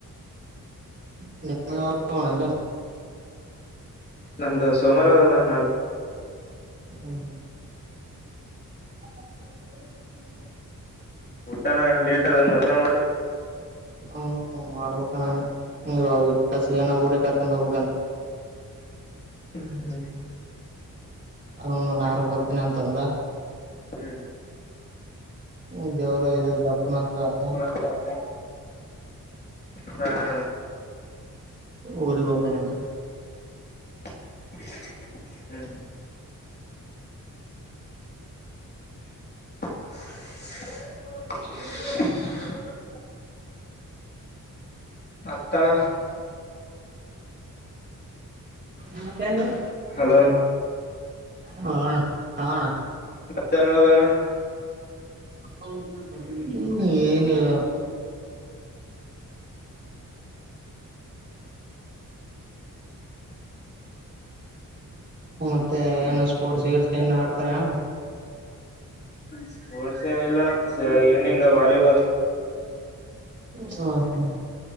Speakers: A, on the right (about 30°); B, on the left (about 30°).
A: <unintelligible> ಇದ
B: ನಮ್ದು ಸೋಮಾರ ಅದಣ್ಣ ನಾಡ್ದ
A: ಹ್ಮ ಹ್ಮ ಹ
B: ಹುಟ್ಟನ ಏನ ಲೇಟ್ ಅದೇನ ಮಧ್ಯಾ್ನ ಒಟ್ಟು
A: ಹ್ಮ ಮಾಡ್ಬೇಕ್ ಅಣ್ಣ ನೀವು ವಿಕಾಸ ಏನ ಊರಿಗೆ ಕರ್ಕೊಂಡ್ ಹೋಗ್ಬೇಕಂತ
B: ಹ್ಮ ಹ್ಮ ಹ್ಮ
A: ಅವ್ನು ನಾನು ಬರ್ತೇನಿ ಅಂತ ಅಂದ
B: ಹ್ಮ್ ಹ್ಮ್
A: ಹ್ಮ ದೇವರ ಇದೆ ದಪ್ಪು ನಷ್ಟ ಆಯತ
B: ಹ ಹಾ ಅಣ್ಣ
A: ಊರಿ ಹೋಗಣನಂಥ
B: ಹ್ಮ್ ಹ್ಮ್ <inaudible>
A: ಹ್ಮ
B: <inaudible> ಮತ್ ಅಣ್ಣ
A: ಹಾದ <unintelligible>
B: ಹಲೋ
A: ಹಾ ಹಾ ಅಣ್ಣ
B: <unintelligible>
A: ಹ್ಮ್ ಏನಿಲ್ಲ ಮತ್ತೆ ಏನು ಸ್ಪೋರ್ಟ್ಸ್ ಗಿಟ್ಸ್ ಏನ್ ಆಡ್ತಾರೆನ
B: ಸ್ಪೋರ್ಟ್ಸ್ ಏನಿಲ್ಲಣ್ಣ ಈವ್ನಿಂಗ್ ವಾಲಿಬಾಲ್
A: ಹಾ ಹ್ಮ